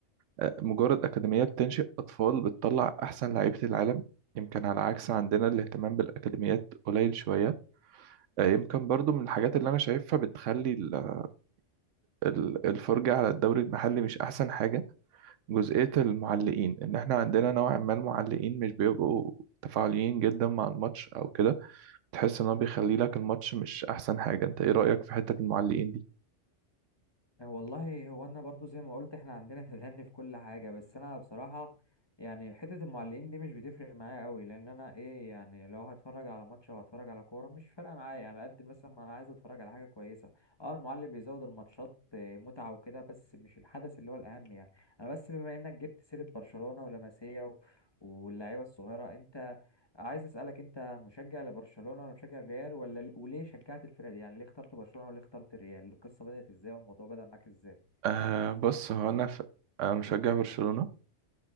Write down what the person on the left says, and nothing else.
آه، والله هو انا برضو زي ما قلت احنا عندنا تدني في كل حاجه بس انا بصراحه يعني حته المعلقين دي مش بتفرق معايا قوي لان انا ايه يعني لو هتفرج على ماتش او هتفرج على كوره مش فارقه معايا يعني على قد مثلا ما انا عايز اتفرج على حاجه كويسه اه المعلق بيزود الماتشات آه، متعه وكده بس مش الحدث اللي هو الاهم يعني انا بس بما انك جبت سيره برشلونه ولاماسيا و... واللعيبه الصغيره انت عايز اسالك انت مشجع لبرشلونه ولا مشجع للريال ولا وليه شجعت الفرقه دي يعني ليه اخترت برشلونه وليه اخترت الريال القصه بدات ازاي والموضوع بدا معاك ازاي